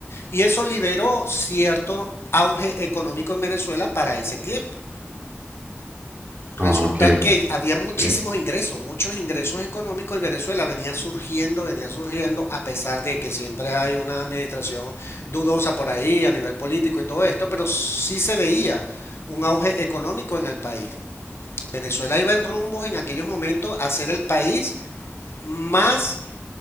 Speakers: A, on the left; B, on the right.
A: Y eso liberó cierto auge económico en Venezuela para ese tiempo. Resulta
B: Ah, ok,
A: que
B: ok.
A: había muchísimos
B: Sí,
A: ingresos, muchos ingresos económicos y Venezuela venía surgiendo, venía surgiendo, a pesar de que siempre hay una administración dudosa por ahí a nivel político y todo esto, pero sí se veía un auge económico en el país. Venezuela iba en rumbos en aquellos momentos a ser el país más